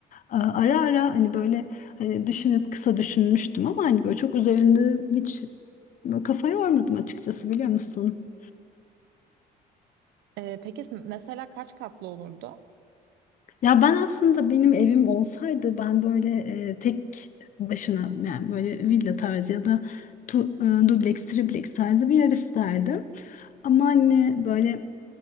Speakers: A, on the left; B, on the right.
A: e, ara ara hani böyle hani düşünüp kısa düşünmüştüm ama hani böyle çok üzerinde hiç böyle kafa yormadım açıkçası biliyor musun?
B: E, peki mesela kaç katlı olurdu?
A: Ya ben aslında benim evim olsaydı ben böyle e, tek başına yani böyle villa tarzı ya da tu, e, dubleks, tripleks tarzı bir yer isterdim. Ama hani böyle